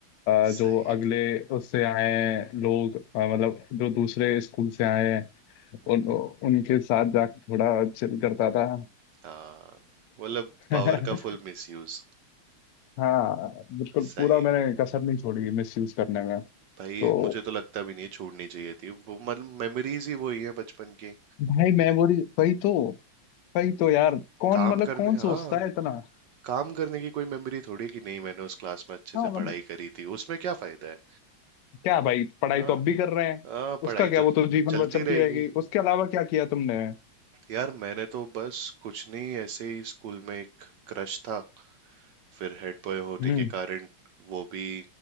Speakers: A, on the left; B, on the right.
A: अ, जो
B: सही
A: अगले उससे आए हैं लोग अ, मतलब जो दूसरे स्कूल से आए हैं
B: हम्म,
A: उन उनके साथ जाके थोड़ा चिल करता था
B: हाँ मतलब पावर
A: <laughs> हाँ
B: का फुल मिसयूज
A: बिल्कुल
B: सही
A: पूरा मैंने कसर नहीं छोड़ी मिस यूज करने में तो
B: भाई मुझे तो लगता भी नहीं छोड़नी चाहिए थी वो मतलब मेमोरीज ही वही है बचपन की
A: भाई मेमोरी वही तो वही तो यार कौन
B: काम
A: मतलब
B: करने
A: कौन
B: हाँ
A: सोचता है इतना
B: काम करने की कोई मेमोरी थोड़ी कि नहीं मैंने उस क्लास में अच्छे
A: हाँ
B: से
A: मतलब
B: पढ़ाई करी थी उसमें क्या फायदा है
A: क्या भाई पढ़ाई
B: हाँ
A: तो अब भी कर रहे हैं
B: हाँ
A: उसका
B: पढ़ाई
A: क्या
B: तो
A: वो तो जीवन
B: चलती
A: भर चलती
B: रहेगी
A: रहेगी उसके अलावा क्या किया तुमने
B: यार मैंने तो बस कुछ नहीं ऐसे ही स्कूल में एक क्रश था फिर हेड बॉय होने
A: हम्म
B: के कारण वो भी